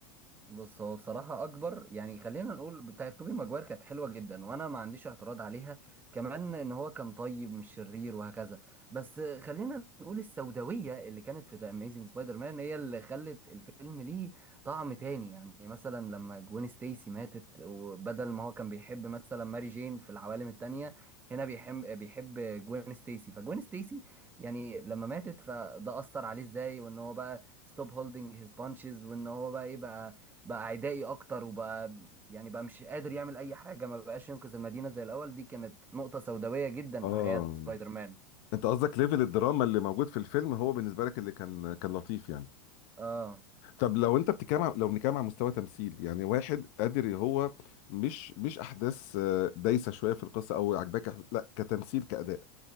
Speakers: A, on the right; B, on the left.
A: بص هو بصراحة أكبر يعني خلينا نقول بتاعت توبي ماجواير كانت حلوة جدا وأنا ما عنديش اعتراض عليها كمان إن هو كان طيب مش شرير وهكذا بس خلينا نقول السوداوية اللي كانت في ذا أميزنج سبايدر مان هي اللي خلت الفيلم ليه طعم تاني يعني مثلا لما جوين ستيسي ماتت وبدل ما هو كان بيحب مثلا ماري جين في العوالم التانية هنا بيحب بيحب جوين ستيسي فجوين ستيسي يعني لما ماتت فده أثر عليه إزاي وإن هو بقى ستوب هولدنج هيز بانشز وإن هو بقى إيه بقى بقى عدائي اكتر وبقى يعني بقى مش قادر يعمل اي حاجه ما بقاش ينقذ المدينه زي الاول دي كانت نقطه سوداويه جدا
B: اه
A: في حياه سبايدر مان
B: انت قصدك ليفل الدراما اللي موجود في الفيلم هو بالنسبه لك اللي كان كان لطيف يعني
A: اه
B: طب لو انت بتتكلم عن- لو بنتكلم عن مستوى تمثيل يعني واحد قادر هو مش مش احداث آه، دايسه شويه في القصه او عجباك أح- لا كتمثيل كاداء